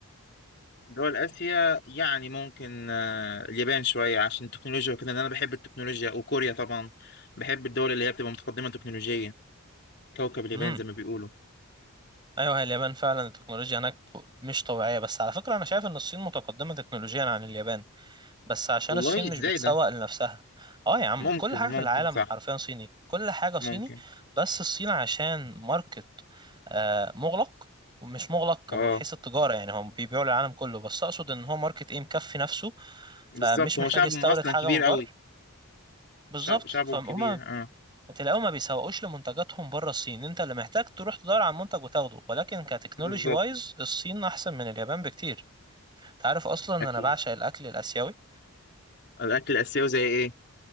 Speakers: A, on the left (about 50°); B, on the right (about 20°).
A: دول اسيا يعني ممكن آه اليابان شوية عشان التكنولوجيا وكده لان انا بحب التكنولوجيا وكوريا طبعا بحب الدول اللي هي بتبقى متقدمة تكنولوجيا كوكب اليابان
B: امم
A: زي ما بيقولوا
B: ايوه هي اليابان فعلا التكنولوجيا هناك مش طبيعية بس على فكرة انا شايف ان الصين متقدمة تكنولوجيا عن اليابان بس عشان
A: والله
B: الصين مش
A: ازاي
B: بتسوق
A: ده
B: لنفسها اه يا عم
A: ممكن
B: كل حاجة
A: ممكن
B: في العالم
A: صح
B: حرفيا صيني كل حاجة صيني
A: ممكن
B: بس الصين عشان ماركت آه، مغلق ومش مغلق
A: اه
B: من حيث التجارة يعني هم بيبيعوا للعالم كله بس اقصد ان هو ماركت ايه مكفي نفسه
A: بالظبط
B: فمش
A: هو
B: محتاج
A: شعبهم
B: يستورد
A: اصلا
B: حاجة
A: كبير
B: من بره
A: قوي
B: بالظبط
A: شعب شعبهم
B: فهم
A: كبير اه
B: تلاقيهم ما بيسوقوش لمنتجاتهم بره الصين انت اللي محتاج تروح تدور على منتج وتاخده ولكن كتكنولوجي
A: بالظبط
B: وايز الصين احسن من اليابان بكتير تعرف اصلا ان
A: اكيد
B: انا بعشق الاكل الاسيوي
A: الاكل الاسيوي زي ايه